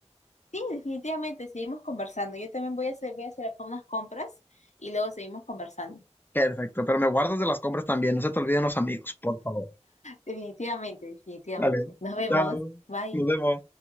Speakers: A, on the left (about 80°); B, on the left (about 15°).
A: Sí, definitivamente, seguimos conversando. Yo también voy a hacer, voy a hacer acá unas compras y luego seguimos conversando.
B: Perfecto, pero me guardas de las compras también. No se te olviden los amigos, por favor.
A: Definitivamente, definitivamente.
B: Dale,
A: Nos vemos.
B: chao,
A: Bye.
B: nos vemos.